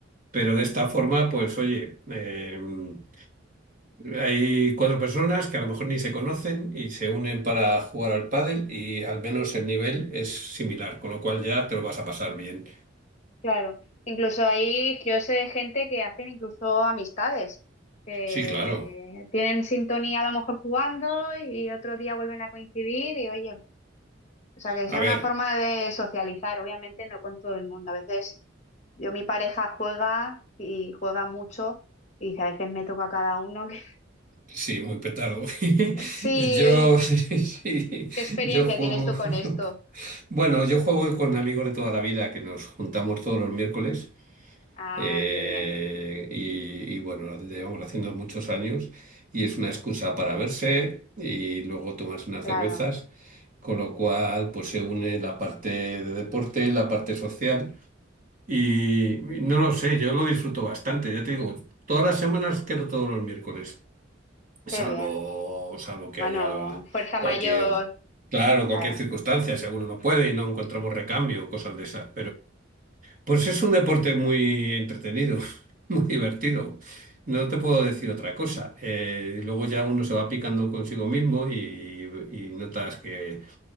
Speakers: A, on the right; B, on the left.
A: Pero de esta forma, pues oye. em, Hay cuatro personas que a lo mejor ni se conocen y se unen para jugar al pádel y al menos el nivel es similar, con lo cual ya te lo vas a pasar bien.
B: Claro, incluso ahí yo sé de gente que hacen incluso amistades, que
A: Sí, claro.
B: tienen sintonía a lo mejor jugando y otro día vuelven a coincidir y oye, o sea que es
A: A
B: una
A: ver,
B: forma de socializar, obviamente no con todo el mundo. A veces yo mi pareja juega y juega mucho y dice, a veces me toca a cada uno. que-
A: sí, muy petardo. <laughs>
B: <laughs>
A: Yo,
B: Sí,
A: <laughs> sí,
B: ¿qué experiencia
A: yo juego.
B: tienes tú con
A: <laughs>
B: esto?
A: Bueno, yo juego con amigos de toda la vida que nos juntamos todos los miércoles.
B: Ah,
A: Eh,
B: qué bien,
A: y, y bueno, llevamos haciendo muchos años y es una excusa para verse y luego tomarse unas
B: claro,
A: cervezas, con lo cual pues se une la parte de deporte, la parte social y no lo sé, yo lo disfruto bastante, ya te digo, todas las semanas quedo todos los miércoles, salvo,
B: qué bien.
A: salvo que
B: Bueno,
A: haya
B: fuerza
A: cualquier,
B: mayor,
A: claro, cualquier
B: claro,
A: circunstancia, si alguno no puede y no encontramos recambio, cosas de esas, pues es un deporte muy entretenido, <laughs> muy divertido. No te puedo decir otra cosa. Eh, luego ya uno se va picando consigo mismo y, y notas que